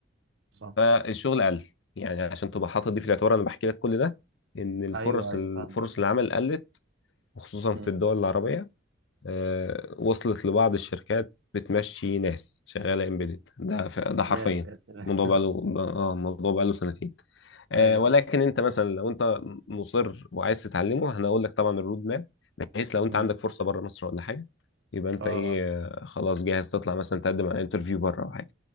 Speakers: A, on the right; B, on the left.
A: صح
B: فالشغل قل يعني عشان تبقى حاطط دي في الاعتبار انا بحكي لك كل ده ان الفرص
A: ايوه ايوه
B: الفرص
A: فاهم
B: العمل قلت وخصوصا
A: مم.
B: في الدول العربيه آه، وصلت لبعض الشركات بتمشي ناس شغاله امبيدد ده ف- ده حرفيا
A: يا ساتر
B: الموضوع بقى له اه الموضوع بقى له سنتين آه،
A: <laughs> ايوه
B: ولكن انت مثلا لو انت مصر وعايز تتعلمه انا هقول لك طبعا الرود ماب بحيث لو انت
A: مم.
B: عندك فرصه بره مصر ولا حاجه يبقى انت
A: اه اه
B: ايه آه، خلاص جاهز تطلع مثلا تقدم على انترفيو بره او حاجه